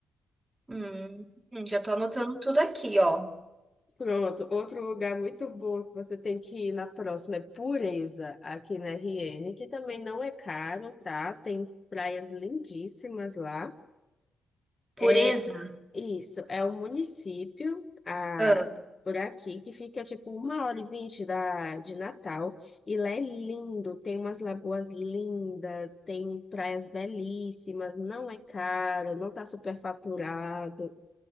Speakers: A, on the right; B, on the left.
A: Hum, já tô anotando tudo aqui, ó.
B: Pronto, outro lugar muito bom que você tem que ir na próxima é Pureza, aqui na RN, que também não é caro, tá? Tem praias lindíssimas lá.
A: Pureza.
B: É isso, é um município ah,
A: Ah,
B: por aqui que fica tipo uma hora e vinte da, de Natal, e lá é lindo, tem umas lagoas lindas, tem praias belíssimas, não é caro, não tá superfaturado,